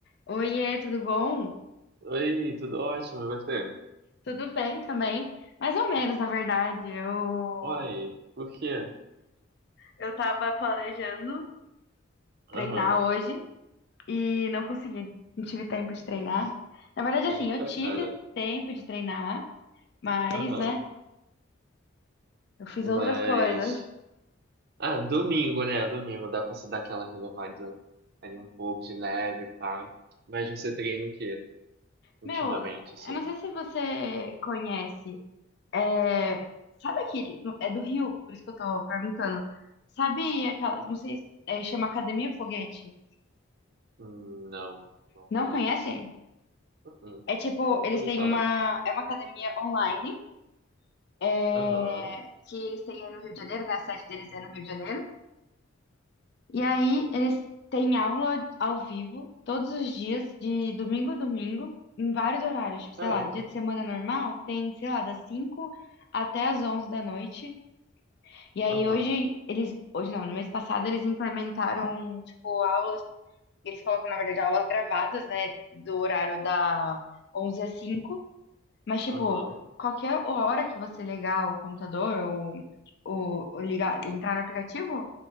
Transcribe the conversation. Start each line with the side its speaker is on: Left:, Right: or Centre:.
Left: Oiê, tudo bom?
Right: Oi, tudo ótimo, e você?
Left: Tudo bem também. Mais ou menos, na verdade. Eu
Right: Uai, por quê?
Left: eu tava planejando
Right: Aham.
Left: treinar hoje e não consegui. Não tive tempo de treinar. Na verdade, assim,
Right: Eita,
Left: eu tive
Right: cara.
Left: tempo de treinar, mas,
Right: Aham.
Left: né, eu fiz
Right: Mas.
Left: outras coisas.
Right: Ah, domingo, né? Domingo dá pra se dar aquela relevada ali um pouco de leve, pá. Mas você treina o quê ultimamente,
Left: Meu, eu
Right: assim?
Left: não sei se você conhece. É, sabe aquele. É do Rio, por isso que eu tô perguntando. Sabe aquela. Não sei, é, chama Academia Foguete.
Right: Hum, Não, não
Left: Não
Right: conheço.
Left: conhece?
Right: Uhum.
Left: É tipo,
Right: Nunca
Left: eles
Right: ouvi
Left: têm
Right: falar.
Left: uma. É uma academia online, é,
Right: Aham.
Left: que eles têm aí no Rio de Janeiro, né? A sede deles é no Rio de Janeiro. E aí eles têm aula ao vivo todos os dias, de domingo a domingo, em vários horários. Tipo, sei
Right: Caramba.
Left: lá, dia de semana normal, tem, sei lá, das 5 até as 11 da noite. E aí
Right: Aham.
Left: hoje eles. Hoje não, no mês passado eles implementaram, tipo, aulas. Eles colocam, na verdade, aulas gravadas, né? Do horário da 11 às cinco Mas, tipo,
Right: Aham.
Left: qualquer hora que você ligar o computador ou, ou, ou ligar, entrar no aplicativo,